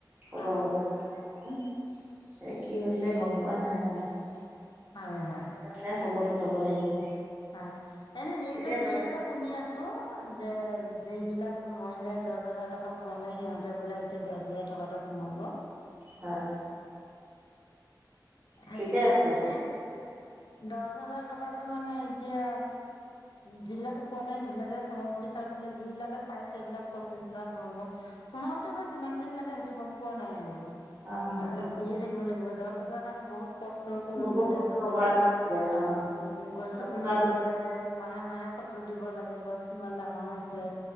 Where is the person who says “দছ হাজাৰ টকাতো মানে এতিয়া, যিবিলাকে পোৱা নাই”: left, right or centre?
Left